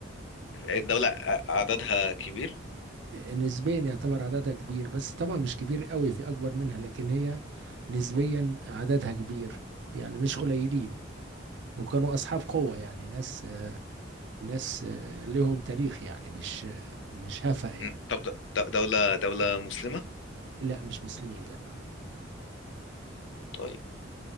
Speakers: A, on the left (about 70°); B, on the right (about 65°).
A: الدولة ع- عددها كبير
B: نسبيا يعتبر عددها كبير بس طبعا مش كبير قوي في اكبر منها لكن هي نسبيا عددها كبير يعني مش قليلين وكانوا اصحاب قوة يعني ناس ناس لهم تاريخ يعني مش مش هفأ يعني
A: م. طب د- د- دولة دولة مسلمة
B: لا مش مسلمين لا
A: طيب